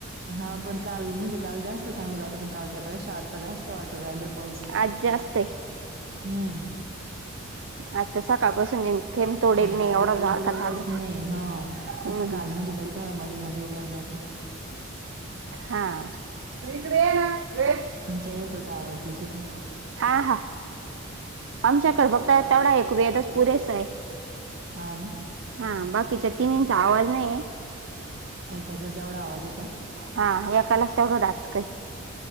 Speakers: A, on the right; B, on the right.
A: हा पण काल म्हणजे काल जास्त सांगला होता, पण कालच्यापेक्षा आता जास्त वाट राहिला पाऊस
B: आज जास्त आहे
A: हम्म
B: आज तर सकाळपासून आहे. थेंब तोडेल
A: आज
B: नाही
A: डायरेक्ट
B: एवढा झारका
A: उघडेलच
B: चालू
A: नाही हा तस
B: हम्म
A: काल म्हणजे तरी थोडा मध्ये मध्ये उघडलं होत.
B: हा तू इकडं ये ना वेद.
A: तेय त्याचा आवाज दिस होतोय.
B: हा हा आमच्याकडे बघताय तेवढा एक वेदच पुरेस आहे
A: हा ना
B: हा बाकीच्या तीनींचा आवाज नाहीय
A: एकाचा जेवढा आवाज आहे का
B: हा याकालाच तेवढंडाचकय